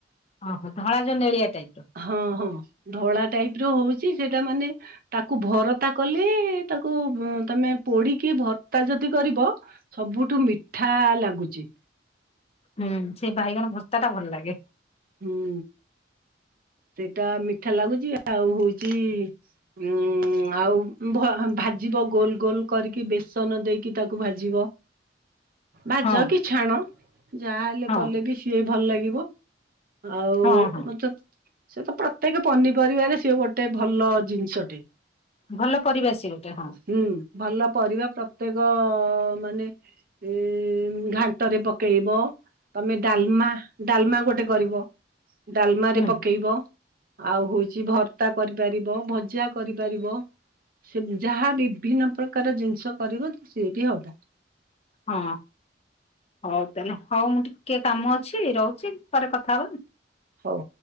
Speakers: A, on the left (about 35°); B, on the right (about 50°).
A: ଅ ହଁ ଧଳା ଯୋଉ ନେଳିଆ ଟାଇପ୍ ର।
B: ହଁ ହଁ ଧଳା ଟାଇପ୍ ର ହୋଉଚି ସେଟା ମାନେ ତାକୁ ଭରତା କଲେ ତାକୁ ତମେ ପୋଡ଼ିକି ଭର୍ତ୍ତା ଯଦି କରିବ ସବୁଠୁ ମିଠା ଲାଗୁଚି।
A: ହୁଁ ସେ ଭାଇଗଣ ଭର୍ତ୍ତାଟା ଭଲ ଲାଗେ।
B: ହୁଁ ସେଇଟା ମିଠା ଲାଗୁଚି ଆଉ ହୋଉଚି ଉଁ ଆଉ ଭ ଭାଜିବ ଗୋଲ ଗୋଲ କରିକି ବେସନ ଦେଇକି ତାକୁ ଭାଜିବ। ଭାଜ
A: ହଁ।
B: କି ଛାଣ ଯାହା ହେଲେ
A: ହଁ
B: କଲେ ବି ସିଏ ଭଲ ଲାଗିବ। ଆଉ
A: ହଁ
B: ଓ
A: ହଁ
B: ବାକେ ସେ ତ ପ୍ରତ୍ୟେକ ପନିପରିବାରେ ସିଏ ଗୋଟେ ଭଲ ଜିନିଷଟେ।
A: ଭଲ ପରିବା ସିଏ ଗୋଟେ ହଁ।
B: ହୁଁ ଭଲ ପରିବା ପ୍ରତ୍ୟେକ ମାନେ ଇଁ ଘାଣ୍ଟରେ ପକେଇବ ତମେ ଡାଲମା ଡାଲମା ଗୋଟେ କରିବ ଡାଲମାରେ
A: ହୁଁ
B: ପକେଇବ। ଆଉ ହୋଉଚି ଭର୍ତ୍ତା କରିପାରିବ ଭଜା କରିପାରିବ। ସେ ଯାହା ବିଭିନ୍ନ ପ୍ରକାର ଜିନିଷ କରିବ ତ ସିଏ ବି ହବ।
A: ହଁ ହଉ ତାହେଲେ ହଉ ମୁଁ ଟିକିଏ କାମ ଅଛି ରହୁଚି ପରେ କଥା ହେ
B: ହଉ।